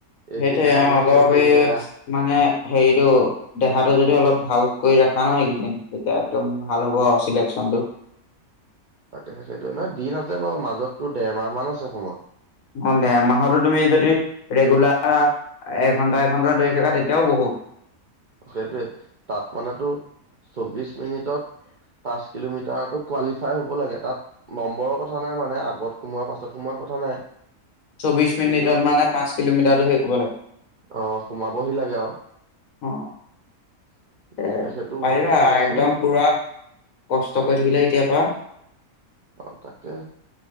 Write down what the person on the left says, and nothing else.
সেইটো
অলপ
এই
মানে হেৰিটো দেহাটো যদি অলপ ভাল কৰি ৰখা ন এইকেইদিন তেতিয়া একদম ভাল হ'ব চিলেকচন বত
অ দে মাহতো তুমি যদি ৰেগুলাৰ এঘন্টা এঘন্টা দৰি থাকা তেতিয়াও বহুত <unintelligible>
চৌবিশ মিনিটত
মানে পাঁচ কিলোমিটাৰটো হেৰি কৰিব লাগে
অঁ
এ
পাৰিবা
একদম পুৰা কষ্ট কৰি থাকিলে এতিয়াৰ পৰা।